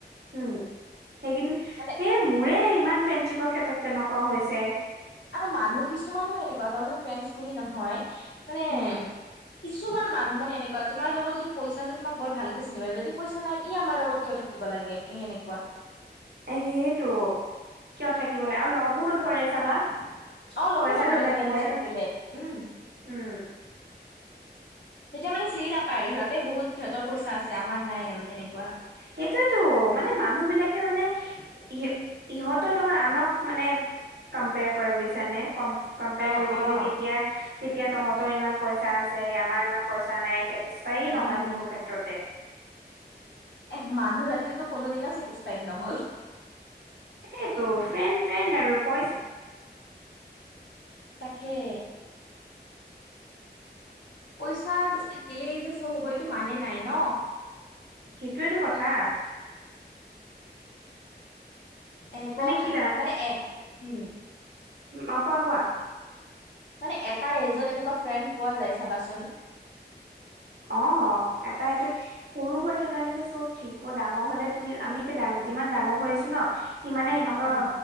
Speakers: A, on the right; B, on the left.
A: উম সেইকেইদিন
B: মানে
A: সেই মোৰে ইমান ফ্ৰেণ্ডশ্বিপৰ ক্ষেত্ৰত তেনেকুৱা হৈছে
B: আৰু মানুহ কিছুমানো এনেকুৱা চাবাচোন ফ্ৰেঞ্চ বুলি নহয় মানে
A: উম
B: কিছুমান মানুহ মানে এনেকুৱা তোমাৰ লগত যদি পইচা আছে তোমাক বৰ ভালকে চিনি পাই যদি পইচা নাই ই আমাৰ লগত কিয় থাকিব ব লাগে এই এনেকুৱা
A: এ সেইটো কিয় থাকিব লাগ আৰু লগো নধৰে চাবা
B: অ লগো
A: পইচা
B: নধৰে
A: নাথাকিলে
B: তেতিয়া পইচা থাকিলে উম
A: উম
B: তেতিয়া মানে চিনি নাপায় আৰু সিহঁতে বহুত সিহঁতৰ পইচা আছে আমাৰ নাই আৰু তেনেকুৱা
A: সেইটোয়েতো মানে মানুহ বিলাকে মানে ইয়ে ইহঁতৰ লগত আনক মানে কম্পেয়াৰ কৰে বুজিছানে কম্প কম্পেয়াৰ
B: অ',
A: কৰি থাকি
B: অ',
A: যে তেতিয়া তেতিয়া তহঁতৰ ইমান পইচা আছে আমাৰ ইমান পইচা নাই যে টিচফাই
B: উম,
A: নহয় কোনো ক্ষেত্ৰতে
B: এ মানুহ জাতি টো কোনোদিনো ছেটিছফাইড নহল
A: সেইটো ফ্ৰেণ্ড ফ্ৰেণ্ড আৰু পইচা
B: তাকে পইচা থাকিলেই যে চব হ'ব এইটো মানে নাই ন
A: সেইটোৱো কথা
B: এনেকুৱাও
A: মানে কি
B: থাক মানে এ উম
A: উ অ কোৱা কোৱা
B: মানে এটা এজত এনেকুৱা ফ্ৰেণ্ড পোৱা যায় চাবাচোন
A: অ এটা এইটো সৰু হৈ থাক এতিয়ালেকে চব ঠিক। ডাঙৰ হ'লে তুমি, আমি এতিয়া, যিমান ডাঙৰ হৈ আহিছোঁ ন' সিমানে সেনেকুৱা
B: উম